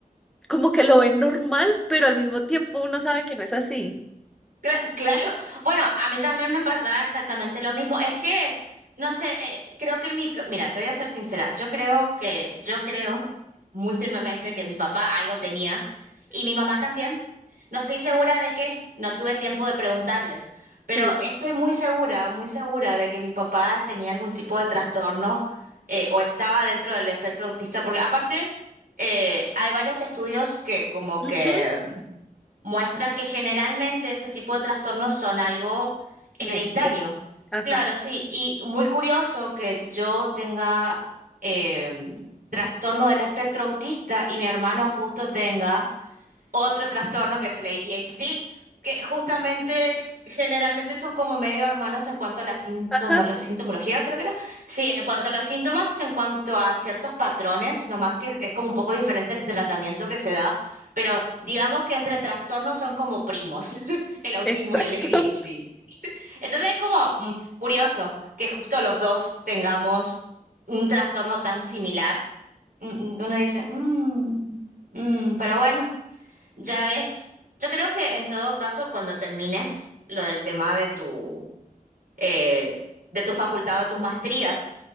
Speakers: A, in the centre; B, on the right (about 75°).
A: como que lo ven normal, pero al mismo tiempo uno sabe que no es así.
B: Cla- Claro, <laughs> bueno, a mí también me pasaba exactamente lo mismo. Es que, no sé, creo que el mi, mira, te voy a ser sincera, yo creo que, yo creo <laughs> muy firmemente que mi papá algo tenía y mi mamá también. No estoy segura de qué, no tuve tiempo de preguntarles, pero
A: Sí.
B: estoy muy segura, muy segura de que mi papá tenía algún tipo de trastorno eh, o estaba dentro del espectro autista, porque aparte eh, hay varios estudios que como
A: Ujú.
B: que muestran que generalmente ese tipo de trastornos son algo hereditario.
A: Genético. Ajá.
B: Claro, sí, y muy curioso que yo tenga eh, trastorno del espectro autista y mi hermano justo tenga otro trastorno que es el ADHD, que justamente generalmente son como medio hermanos en cuanto a la sintomolo-
A: Ajá.
B: sintomología, creo que era. Sí, en cuanto a los síntomas, en cuanto a ciertos patrones, nomás que es, es como un poco diferente el tratamiento que se da, pero digamos que entre trastornos son como primos, <laughs> el autismo
A: Exacto.
B: y el ADHD. ¿viste? Entonces es como mm, curioso que justo los dos tengamos un trastorno tan similar. Mm, mm, Uno dice, "Mm, mm", pero bueno. Ya ves, yo creo que en todo caso, cuando termines lo del tema de tu, eh, de tu facultad o de tus maestrías,